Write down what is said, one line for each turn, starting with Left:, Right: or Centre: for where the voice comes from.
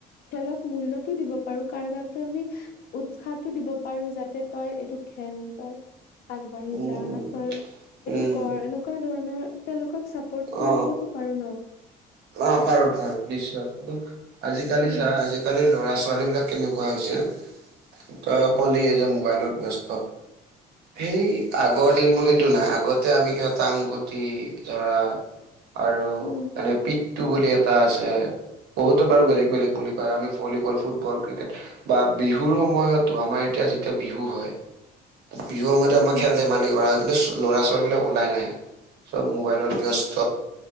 Left: খেলক মূল্যতো দিব পাৰো কাৰোবাক টো আমি উৎসাহটো দিব পাৰো যাতে তই এইটো খেল বা আগবাঢ়ি
Right: উম
Left: যা তই এইটো
Right: উম উম
Left: কৰ এনেকুৱা ধৰণৰ তেওঁলোকক চাপৰ্ট কৰিবতো
Right: অ
Left: পাৰো ন।
Right: অ পাৰো পাৰো নিশ্চয় কিন্তু আজিকালি
Left: উম
Right: চা আজিকালি ল'ৰা ছোৱালী বিলাক কেনেকুৱা হৈ হৈছে তই কলীয়ে যে মোবাইলত ব্যস্ত সেই আগৰ দিনবোৰ কিন্তু নাই আগতে আমি কিবা টাং গুটি ধৰা আৰু
Left: উম
Right: এনে পিতু বুলি এটা আছে বহুতো
Left: উম
Right: বাৰু বেলেগ
Left: উম
Right: বেলেগ বুলি কয় আমি ফল- ফুটবল ক্ৰিকেট বা বিহুৰ সময়তো আমাৰ এতিয়া যেতিয়া বিহু হয়। বিহুৰ সময়তে
Left: উম
Right: আমাৰ
Left: উম
Right: খেল ধেমালি কৰা কিন্তু ছ- ল'ৰা-ছোৱালীবিলাক ওলাই নাহে। চব মোবাইলত ব্যস্ত।